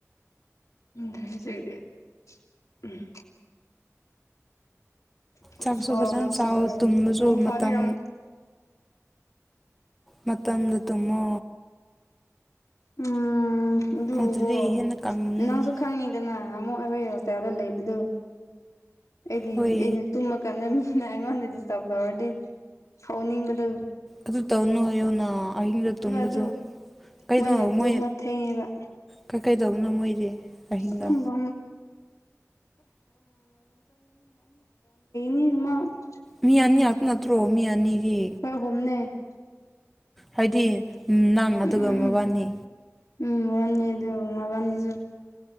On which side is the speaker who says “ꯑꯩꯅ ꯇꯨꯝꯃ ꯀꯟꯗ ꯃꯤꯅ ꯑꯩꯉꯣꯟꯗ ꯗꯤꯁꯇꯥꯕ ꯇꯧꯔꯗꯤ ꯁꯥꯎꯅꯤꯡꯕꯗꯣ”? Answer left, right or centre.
Left